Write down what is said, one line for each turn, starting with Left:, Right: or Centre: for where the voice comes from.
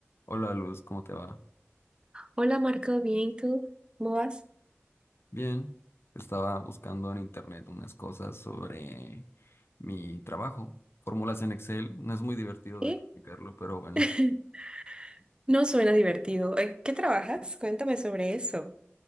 Left: Hola Luz, ¿cómo te va?
Right: Hola Marco, bien, ¿tú? ¿Cómo vas?
Left: Bien, estaba buscando en internet unas cosas sobre mi trabajo. Fórmulas en Excel, no es muy divertido
Right: ¿Eh?
Left: de practicarlo, pero bueno.
Right: <laughs> No suena divertido. Eh, ¿Qué trabajas? Cuéntame sobre eso.